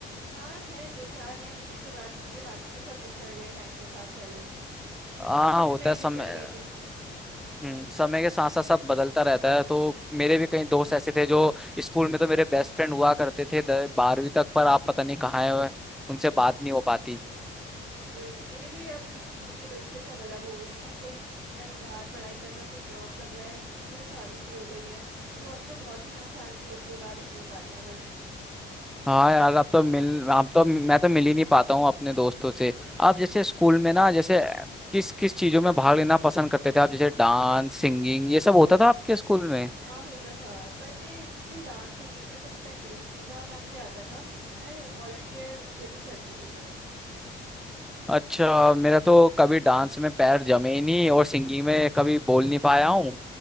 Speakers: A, on the right; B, in the centre.
A: हाँ है दो चार हैं उन्हीं से बात होती है बाकी तो सब बिछड़ गए टाइम के साथ पहले ही कुछ
B: हाँ
A: तो स्कूल
B: होता
A: में ही
B: है
A: बिछड़
B: समय
A: गए थे
B: हम्म, समय के साथ साथ सब बदलता रहता है तो
A: हाँ
B: मेरे भी कई दोस्त ऐसे थे जो स्कूल में तो मेरे बेस्ट फ्रेंड हुआ करते थे द- बारहवीं तक पर आप पता नहीं कहाँ है उनसे बात नहीं हो पाती
A: वही मेरे भी अब जो स्कूल के दोस्त है सब अलग हो गए हैं कोई कहीं बाहर पढ़ाई कर रहा है कोई जॉब कर रहा है किसी की तो शादी भी हो गई है तो अब तो बहुत ही कम साल में एक दो बार ही मिल पाते हैं बस
B: हाँ यार अब तो मिल अब तो मैं तो मिल ही नहीं पाता हूँ अपने दोस्तों से आप जैसे स्कूल में ना जैसे किस किस चीजों में भाग लेना पसंद करते थे आप जैसे डांस सिंगिंग ये सब होता था आपके स्कूल में
A: हाँ होता था पर मैं मुझे डांस सिंगिंग में तो उतना इंटरेस्ट नहीं था ना मुझे आता था मैं वॉलेंटियर जरूर करती थी पर
B: अच्छा मेरा तो कभी डांस में पैर जमे ही नहीं और सिंगिंग में कभी बोल नहीं पाया हूँ